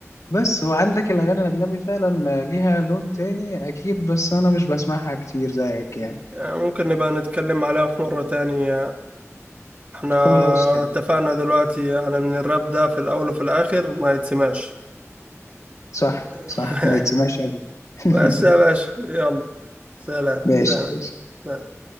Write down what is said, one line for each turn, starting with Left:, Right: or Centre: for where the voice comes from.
Left: بس وعندك الأغاني الأجنبي فعلا آه، ليها لون تاني أكيد بس أنا مش بسمعها كتير زيك يعني
Right: يعني ممكن نبقى نتكلم عليها في مرة تاني احنا
Left: خلاص تمام
Right: اتفقنا دلوقتي أنا من الراب ده في الأول وفي الآخر ما يتسمعش
Left: صح
Right: <laughs>
Left: صح ما يتسمعش أبدا <laughs>
Right: بس يا باشا يلا سلام
Left: ماشي
Right: سلام
Left: ماشي
Right: سلام